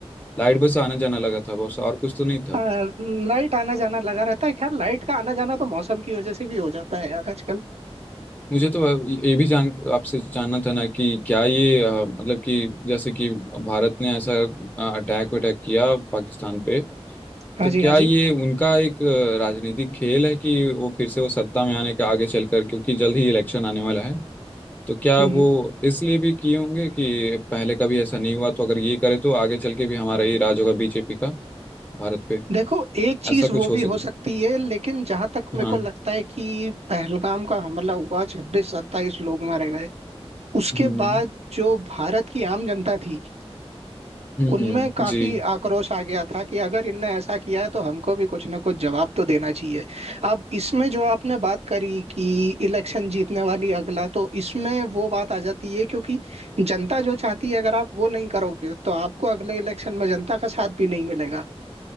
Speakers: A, on the left (about 15°); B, on the right (about 75°).
A: लाइट बस आना जाना लगा था बस और कुछ तो नहीं था
B: आ, लाइट आना जाना लगा रहता है खैर लाइट का आना जाना तो मौसम की वजह से भी हो जाता है यार आजकल
A: मुझे तो ये भी जान आपसे जानना था ना कि क्या ये अ, मतलब कि जैसे कि भारत ने ऐसा अटैक वटैक किया पाकिस्तान पे
B: हाँ
A: तो
B: जी
A: क्या
B: हाँ जी
A: ये उनका एक अ, राजनीतिक खेल है कि वो फिर से वो सत्ता में आने का आगे चलकर क्योंकि जल्द ही इलेक्शन आने वाला है तो क्या
B: हम्म,
A: वो इसलिए भी किए होंगे कि पहले कभी ऐसा नहीं हुआ तो अगर ये करे तो आगे चल के भी हमारा ही राज होगा बीजेपी का भारत पे
B: देखो एक चीज
A: ऐसा कुछ
B: वो भी
A: हो सकता
B: हो सकती है लेकिन जहां तक मेरे
A: हाँ
B: को लगता है कि पहलगाम का हमला हुआ छब्बीस सत्ताईस लोग मारे गए उसके
A: हम्म
B: बाद जो भारत की आम जनता थी
A: हम्म
B: उनमें
A: हम्म,
B: काफी
A: जी
B: आक्रोश आ गया था कि अगर इनने ऐसा किया है तो हमको भी कुछ ना कुछ जवाब तो देना चाहिए अब इसमें जो आपने बात करी कि इलेक्शन जीतने वाली अगला तो इसमें वो बात आ जाती है क्योंकि जनता जो चाहती है अगर आप वो नहीं करोगे तो आपको अगले इलेक्शन में जनता का साथ भी नहीं मिलेगा